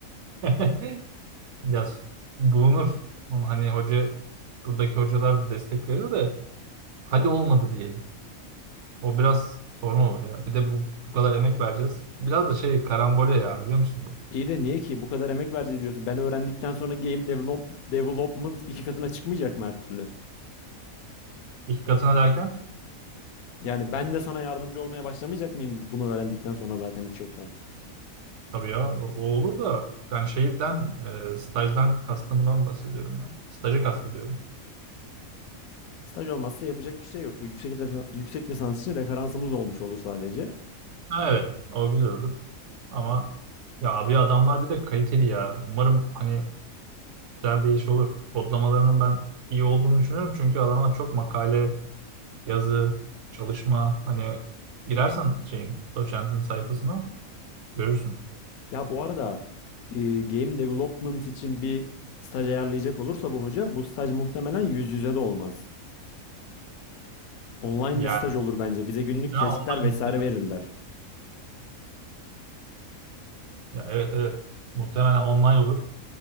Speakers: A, on the right (about 65°); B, on the left (about 80°).
A: <laughs> Ya bulunur. Onu hani hoca buradaki hocalar da destek verir de hadi olmadı diyelim. O biraz sorun olur ya. Bir de bu, bu kadar emek vereceğiz. Biraz da şey karambole ya biliyor musun? bu?
B: İyi de niye ki bu kadar emek vereceğiz diyorsun. Ben öğrendikten sonra game develop, development iki katına çıkmayacak mı her türlü?
A: İki katına derken
B: Yani ben de sana yardımcı olmaya başlamayacak mıyım bunu öğrendikten sonra zaten hiç yoktan?
A: tabii ya o o olur da ben şeyden e, stajdan kastımdan bahsediyorum ya. Stajı kastediyorum.
B: Staj olmazsa yapacak bir şey yok. Yüksek, lisa- yüksek lisans için referansımız olmuş olur sadece.
A: Ha, evet o güzel olur ama ya abi adamlar bir de kaliteli ya. Umarım hani güzel değiş olur. Kodlamalarının ben iyi olduğunu düşünüyorum çünkü adamlar çok makale yazı, çalışma hani girersen şeyin doçentin sayfasına görürsün.
B: Ya bu arada e, game development için bir staj ayarlayacak olursa bu hoca bu staj muhtemelen yüz yüze de olmaz. Online
A: Yani
B: bir staj olur bence. Bize günlük
A: ha,
B: testler
A: online
B: vesaire
A: de tabii.
B: verirler.
A: Ya evet evet. Muhtemelen online olur.